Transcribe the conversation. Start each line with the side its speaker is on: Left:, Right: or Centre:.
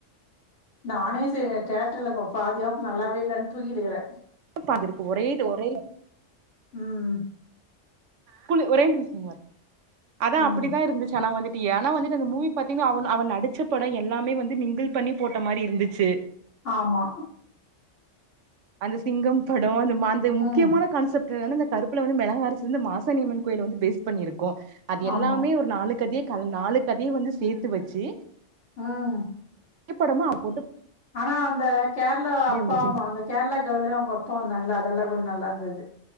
Left: நானே சே தேட்டர்ல ப பாதுகாப்பு நல்லாவே இல்லன்னு தூக்கிட்டுக்கிறே
Right: தாருக்கு ஒரே இது ஒரே
Left: ம்
Right: கூலு ஒரே நிமிசோ பாரு அதா
Left: ம்
Right: அப்டிதாருந்துச்சு சனா வந்துட்டு ஏனா வந்துட்டு அந்த மூவி பாத்தீங்கினு அவெனு அவெ நடிச்ச படோ எல்லாமே வந்து மிங்கிள் பண்ணி போட்ட மாரி இருந்துச்சு
Left: ஆமா
Right: அந்த சிங்கம் படோ அந்த மாந்த
Left: ம்
Right: முக்கியமான கான்செப்ட்னால கருப்புல வந்து மெளகா அரச்சிதிலிந்து மாசானியம்மன் கோயில வந்து பேஸ் பண்ணி இருக்கு அது எல்லாமே
Left: ஆமா
Right: ஒரு நாலு கதய கலந் நாலு கதய வந்து சேத்து வச்சி
Left: ம்
Right: படமா அ போட்டு
Left: ஆனா அந்த கேரளா அப்பாமா
Right: இருந்துச்சுங்
Left: அந்தக் கேரளா கலயே அவுங்க அப்பா வந்தாங்களே அதெல்லா கொஞ்சோ நல்லாருந்துது